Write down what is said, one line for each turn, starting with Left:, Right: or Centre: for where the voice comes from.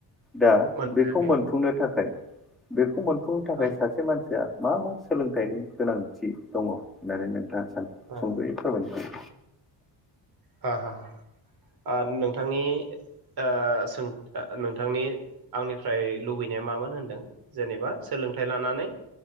Centre: दा
Right: मोनखायाखै
Centre: बेखौ मोनफुंनो थाखाय बेखौमोन नो थाखाय
Right: औ
Centre: सासे मानसिया मा मा सोलोंथाइनि गोनांथि दङ होननानै नोंथाङा
Right: औ
Centre: सुंदयै फोरमाय
Right: ह ह अ नोंथांनि आ सों नोंथांनि आंनिफ्राय लुबैनाया मामोन होनदों जेनेबा? सोलोंथाइ लानानै